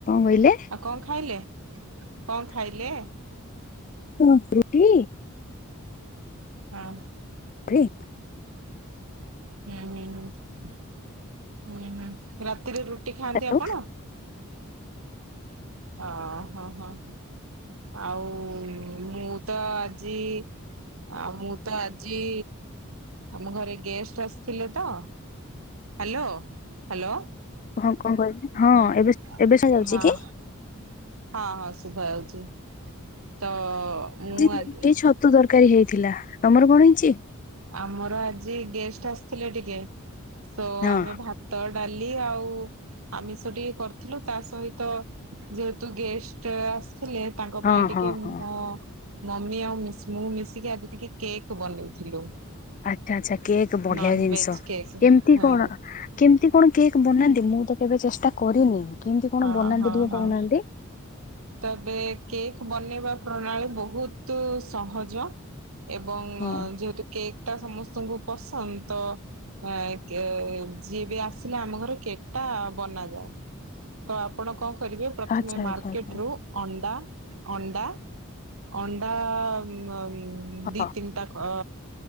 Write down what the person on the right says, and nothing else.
ଆଉ କଣ ଖାଇଲେ? କଣ ଖାଇଲେ?
ହଁ।
ହୁଁ ହୁଁ ହୁଁ ହୁଁ ହୁଁ ରାତିରେ ରୁଟି ଖାଆନ୍ତି
ଆପଣ? ଅ ହଁ ହଁ ଆଉ ମୁଁ ତ ଆଜି ଆଉ ମୁଁ ତ ଆଜି, ଆମ ଘରେ ଗେଷ୍ଟ ଆସିଥିଲେ ତ। Hello hello.
ହଁ
ହଁ
ହଁ ହଁ ଶୁଭା ଯାଉଚି। ତ ମୁଁ
ଆଜି
ଆମର ଆଜି ଗେଷ୍ଟ ଆସିଥିଲେ ଟିକେ, ତ
ଆମେ ଭା ତ, ଡାଲି ଆଉ ଆମିଷ ଟିକେ କରିଥିଲୁ, ତା ସହିତ ଯେହେତୁ ଗେଷ୍ଟ ଆସିଥିଲେ ତାଙ୍କ
ପାଇଁ ଟିକେ
ମୁମୋ
ମମି ଆଉ ମିଶ୍ ମୁଁ ମିଶିକି ଆଜି ଟିକେ କେକ୍ ବନେଇଥିଲୁ।
ନନଭେଜ
କେକ୍
ହଁ
ହଁ
ହଁ
ହଁ
ତେବେ କେକ୍ ବନେଇବା ପ୍ରଣାଳୀ ବହୁତୁ ସହଜ। ଏବଂ
ଯେହେତୁ କେକ୍ ଟା ସମସ୍ତଙ୍କୁ ପସନ୍ଦ ତ ଆ କେ ଯିଏ ବି ଆସିଲେ ଆମ ଘରେ କେକ୍ ଟା ବନାଯାଏ। ତ ଆପଣ କଣ କରିବେ ପ୍ରଥମେ
ମାର୍କେଟ
ରୁ ଅଣ୍ଡା ଅଣ୍ଡା ଅଣ୍ଡା ମ ଉମ୍ ଦି
ତିନିଟା ଅ